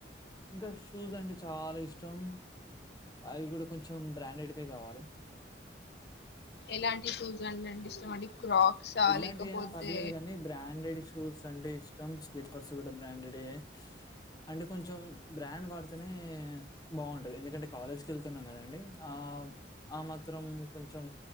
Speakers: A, on the left; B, on the left.
A: ఇంకా షూజ్ అండ్ అంటే చాలా ఇష్టం అవి కూడా కొంచెం బ్రాండెడ్ వే కావాలి
B: ఎలాంటి షూస్ అంటే అంటే ఇష్టం అండి క్రాక్సా
A: ఇలాంటివి
B: లేకపోతే
A: అయినా పర్లేదు కానీ బ్రాండెడ్ షూస్ అంటే ఇష్టం స్లిప్పర్స్ కూడా బ్రాండెడ్ యే అంటే కొంచెం బ్రాండ్ వాడితెనే ఏ బాగుంటది ఎందుకంటే కాలేజ్కెళ్తున్నాం కదండి ఆ ఆ మాత్రం కొంచెం